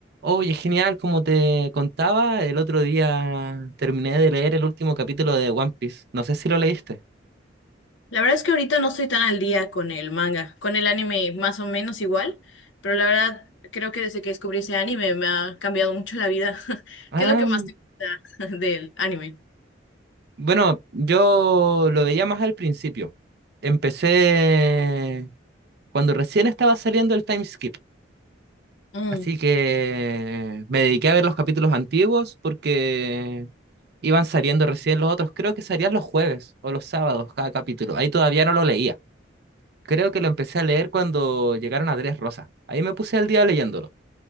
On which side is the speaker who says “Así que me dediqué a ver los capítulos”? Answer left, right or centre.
Right